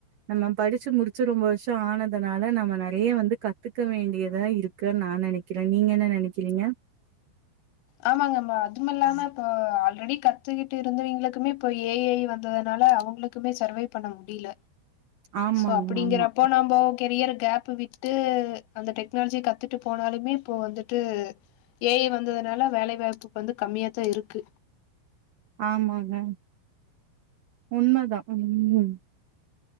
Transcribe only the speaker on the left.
ஆமாங்கம்மா அதுமல்லாம இப்ப ஆல்ரெடி கத்துக்கிட்டு இருந்தவங்களுக்குமே இப்ப ஏ ஐ வந்ததுனாலே அவங்களுக்கு மே சர்வே பண்ண முடில்ல
சோ அப்டிங்கறப்போ
நம்ம கெரியர கேப் விட்டு ட்டு அந்த டெக்னாலஜியே கத்துட்டு போனாலுமே இப்போ வந்துட்டு ஏ ஐ வந்ததுனால வேலை வாய்ப்பு வந்து கம்மியா தா இருக்கு